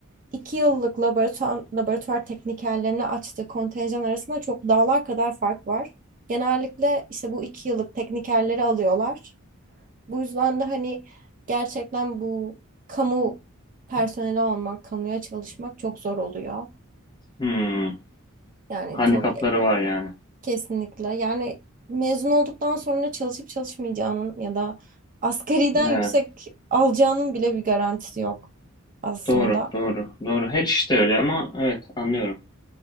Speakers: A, on the right (about 40°); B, on the left (about 20°).
A: İki yıllık laboratuvar, laboratuvar teknikerlerini açtığı kontenjan arasında çok dağlar kadar fark var. Genellikle işte bu iki yıllık teknikerleri alıyorlar. Bu yüzden de hani gerçekten bu kamu personeli olmak, kamuya çalışmak çok zor oluyor.
B: Hmm.
A: Yani
B: Handikapları
A: çok e-
B: var yani.
A: kesinlikle. Yani mezun olduktan sonra çalışıp çalışmayacağının ya da asgariden
B: Evet.
A: yüksek alacağının bile bir garantisi yok aslında.
B: Doğru, doğru, doğru. Her işte öyle ama evet anlıyorum.